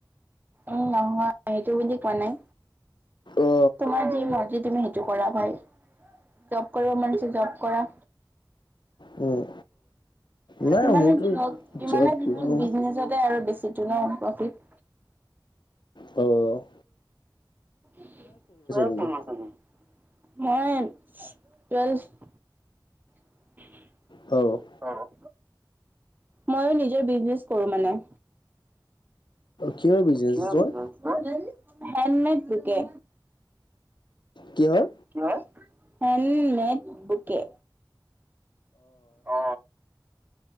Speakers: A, on the right; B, on the left.
A: উম নহয় সেইটো বুলি কোৱা নাই,
B: অ
A: তোমাৰ যি মৰ্জি তুমি - টো কৰা ভাই। জব কৰিব মন আছে জব কৰা।
B: উম। নাই
A: যিমানে
B: মোৰতো
A: যি নহওক যিমানে
B: জব
A: যি নহ‌ওক বিজনেছতে আৰু বেছিটো ন প্ৰফিট।
B: হয় বাৰু।
A: <unintelligible> হয়
B: তুমি
A: টো মাজনি মই টুৱেলভ - <unintelligible>
B: হব।
A: হব। মইয়ো নিজৰ বিজনেছ কৰো মানে।
B: কিহৰ বিজনেচ
A: অ কিমান
B: তোমাৰ
A: <unintelligible> হেণ্ডমেড বুকে।
B: কিহৰ?
A: কিহৰ? হেণ্ডমেড বুকে। অ।